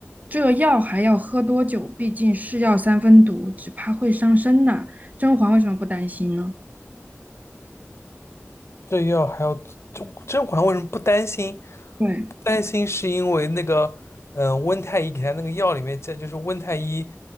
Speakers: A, on the right (about 35°); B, on the left (about 65°).
A: “这药还要喝多久？毕竟是药三分毒，只怕会伤身呐。”甄嬛为什么不担心呢？
B: 这药还要甄甄嬛为什么不担心？
A: 对，
B: 不担心是因为那个，嗯、温太医给他那个药里面加，这就是温太医